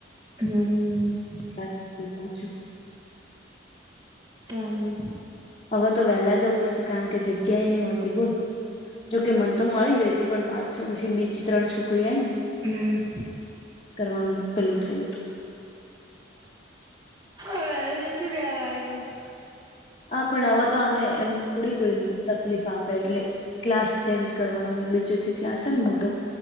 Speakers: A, on the right; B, on the left.
A: હમ
B: <unintelligible>
A: ચાલો
B: હવે તો વહેલા જવું પડશે! કારણ કે, જગ્યાએ નહી હોતી બોલ. જોકે મન તો મળી ગઈ હતી. પણ પાછળથી બીજી ત્રણ છોકરી આઈ ને.
A: હમ
B: કરવાનું પેલું થાય તો
A: હવે નથી રેવાતું
B: હા પણ હવે તો અમે એમ થોડી કોઈ તકલીફ આપે એટલે ક્લાસ ચેન્જ કરવાનો એ બીજો જે ક્લાસ છે ને મોટો